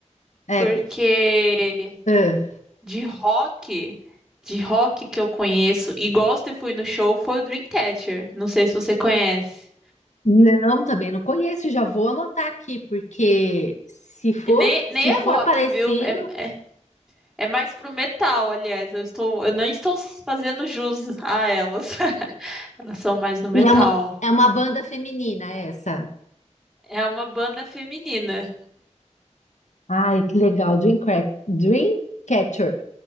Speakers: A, on the left; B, in the centre.
A: É,
B: porque
A: é.
B: de rock, de rock que eu conheço e gosto e fui no show foi o Dreamcatcher, não sei se você conhece.
A: Não, também não conheço, já vou anotar aqui, porque se for,
B: Nem, nem
A: se
B: é
A: for
B: rock,
A: parecido,
B: viu? É, é, é mais pro metal, aliás. Eu estou, eu não estou fazendo jus a elas. <laughs> Elas são mais no metal.
A: e é uma, é uma banda feminina essa.
B: É uma banda feminina,
A: Ai, que legal, Dreamcra- Dreamcatcher.